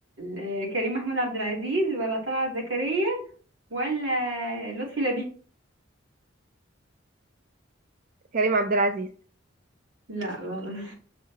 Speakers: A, on the right (about 75°); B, on the right (about 45°).
A: آه كريم محمود عبد العزيز ولا طلعت زكريا ولا لطفي لبيب
B: كريم عبد العزيز
A: لا غلط